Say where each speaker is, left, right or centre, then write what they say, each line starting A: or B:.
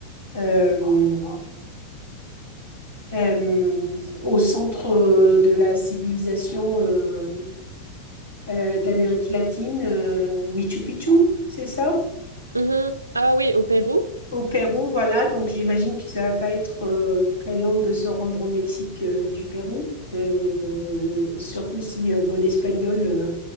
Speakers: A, on the left; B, on the right.
A: euh, euh, au centre euh, de la civilisation euh, euh, d'Amérique latine, euh, Machu Picchu, c'est ça?
B: Mhm. Ah oui, au Pérou?
A: Au Pérou, voilà, donc j'imagine que ça va pas être euh, très long de se rendre au Mexique euh, du Pérou, Euh, surtout si euh, mon espagnol euh,